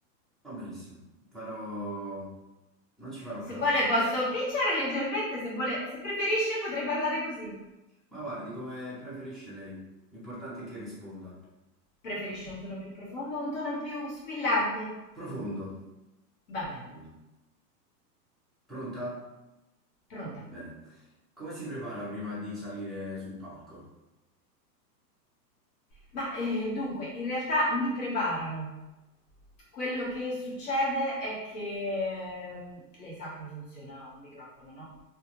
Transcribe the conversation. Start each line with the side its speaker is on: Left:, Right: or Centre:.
Centre: Va benissimo. Farò... Non ci farò
Left: Se
Centre: caso.
Left: vuole posso picciare leggermente, se vuole, se preferisce potrei parlare così.
Centre: Ma guardi, come preferisce lei. L'importante è che risponda.
Left: Preferisce un tono più profondo o un tono più squillante?
Centre: Profondo.
Left: Va bene.
Centre: Profondo. Pronta?
Left: Pronta.
Centre: Bene. Come si prepara prima di salire su un palco?
Left: Ma, ehm, dunque, in realtà mi preparano. Quello che succede è che, mhmm, lei sa come funziona un microfono, no,